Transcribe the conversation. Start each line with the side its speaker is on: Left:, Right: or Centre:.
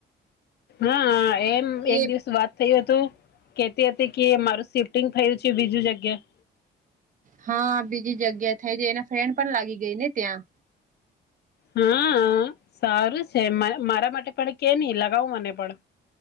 Left: હા એમ એક
Right: એ
Left: દિવસ વાત થયું હતું કેતી હતી કે મારું શિફ્ટિંગ થયું છે બીજું જગ્યા
Right: હા બીજી જગ્યા થાય છે એના ફ્રેન્ડ પણ લાગી ગઈ ને ત્યાં
Left: હા સારું છે મારા માટે પણ કે નહી લગાવું મને પણ